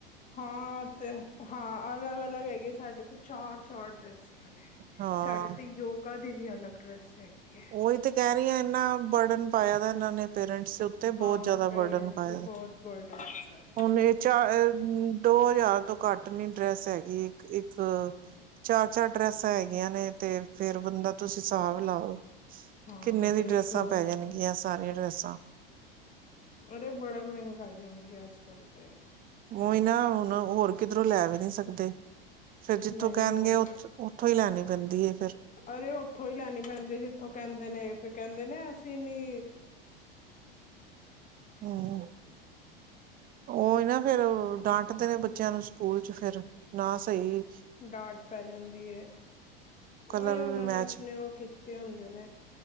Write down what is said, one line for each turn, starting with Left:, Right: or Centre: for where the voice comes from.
Left: ਹਾਂ ਤੇ ਹਾਂ, ਅਲੱਗ ਅਲੱਗ ਹੈਗੇ, ਸਾਡੇ ਤੇ ਚਾਰ ਚਾਰ ਡਰੈਸਾਂ ਨੇ,
Right: ਹਾਂ
Left: ਸਾਡੇ ਤੇ ਯੋਗਾ ਦੀ ਵੀ ਅਲੱਗ ਡਰੈੱਸ ਹੈਗੀ ਹੈ
Right: ਉਹੀ ਤੇ ਕਹਿ ਰਹੀ ਆ, ਐਨਾਂ ਬਰਡਨ ਪਾਇਆ ਦਾ ਇਹਨਾਂ ਨੇ ਪੇਰੈਂਟਸ ਦੇ ਉੱਤੇ
Left: ਹਾਂ
Right: ਬਹੁਤ ਜਿਆਦਾ
Left: ਪੇਰੈਂਟਸ
Right: ਵਰਡਨ ਪਾਇਆ,
Left: ਤੇ ਬਹੁਤ ਬਰਡਨ ਹੈ
Right: ਹੁਣ ਇਹ ਚਾਰ ਦੋ ਹਜ਼ਾਰ ਤੋਂ ਘੱਟ ਕਟਨੀ ਡਰੈਸ ਹੈਗੀ ਇੱਕ ਇੱਕ, ਚਾਰ ਚਾਰ ਡਰੈਸਾਂ ਹੈਗੀਆਂ ਨੇ ਤੇ ਫੇਰ ਬੰਦਾ ਤੁਸੀਂ ਹਿਸਾਬ ਲਾਓ
Left: ਹਾਂ
Right: ਕਿੰਨੇ ਦੀ
Left: ਦੇਖਲੋ
Right: ਡਰੈਸਾਂ ਪੈ ਜਾਣਗੀਆਂ ਸਾਰੀਆਂ ਡਰੈਸਾਂ?
Left: ਅਰੇ ਬੜਾ ਮਹਿੰਗਾਈ ਹੋ ਗਈ ਅੱਜ ਕੱਲ ਤੇ।
Right: ਉਹੀ ਨਾ ਹੁਣ ਉਹ ਹੋਰ ਕਿਧਰ ਲੈ ਵੀ ਨੀ ਸਕਦੇ ਫੇਰ ਜਿੱਥੋਂ
Left: ਨਹੀਂ
Right: ਕਹਿਣਗੇ
Left: ਹੋਰ
Right: ਉੱਥੋਂ ਹੀ ਲੈਣੀ ਪੈਂਦੀ ਹੈ ਫਿਰ।
Left: ਅਰੇ ਉੱਥੋਂ ਹੀ ਲੈਣੀ ਪੈਂਦੀ ਜਿੱਥੋਂ ਕਹਿੰਦੇ ਨੇ ਫਿਰ ਕਹਿੰਦੇ ਨੇ ਅਸੀਂ ਨੀ
Right: ਹਮਮ। ਉਹਹੀ ਨਾ ਫੇਿਰ ਡਾਂਟਦੇ ਨੇ ਬੱਚਿਆਂ ਨੂੰ ਸਕੂਲ ਚ ਫੇਰ ਨਾ ਸਹੀ
Left: ਡਾਟ ਪੈ ਜਾਂਦੀ ਐ।
Right: ਕਲਰ
Left: ਉਹੀ ਉਹਨਾਂ
Right: ਵੀ ਮੈਚ
Left: ਨੇ ਆਪਣੇ ਉਹ ਕੀ ਤੇ ਹੁੰਦੇ ਨੇ,